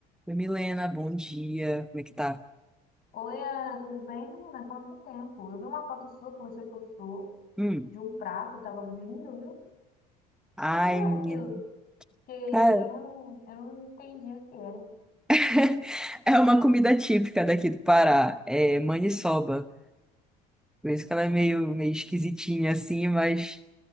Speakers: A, in the centre; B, on the left (about 50°).
A: Oi, Milena, bom dia. Como é que tá?
B: Oi, Ana, tudo bem, menina? Quanto tempo? Eu vi uma foto sua que você postou
A: Hum.
B: de um prato, tava lindo, viu? O
A: Ai,
B: que que
A: menina.
B: era aquilo? Porque
A: Cara,
B: eu não, eu não entendi o que era.
A: <laughs> é uma comida típica daqui do Pará. É maniçoba. Por isso que ela é meio, meio esquisitinha assim, mas